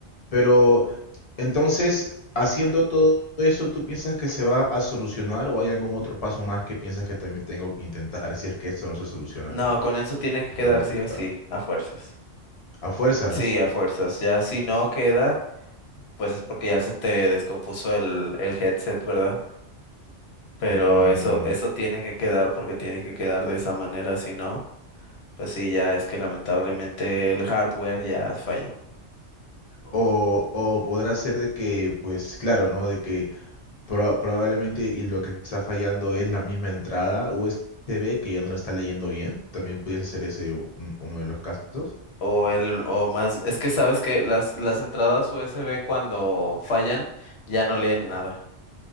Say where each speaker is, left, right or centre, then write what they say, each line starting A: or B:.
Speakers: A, on the left (about 40°); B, on the left (about 65°).
A: Pero entonces, haciendo todo eso, ¿tú piensas que se va a solucionar o hay algún otro paso más que piensas que también tengo que intentar si es que esto no se soluciona
B: No,
A: con
B: con eso tiene que quedar
A: todo lo aplicado?
B: sí o sí, a fuerzas.
A: A fuerzas.
B: Sí, a fuerzas. Ya si no queda, pues es porque ya se te descompuso el, el headset, ¿verdad? Pero
A: mm,
B: eso, eso tiene que quedar porque tiene que quedar de esa manera, si no. Pues sí, ya es que lamentablemente el hardware ya falló.
A: o, o podrá ser de que, pues claro, ¿no? De que Proba- probablemente y lo que está fallando es la misma entrada USB que ya no lo está leyendo bien. También pudiese ser ese un- uno de los casos.
B: O el, o más, es que sabes que las, las entradas USB cuando fallan ya no leen nada.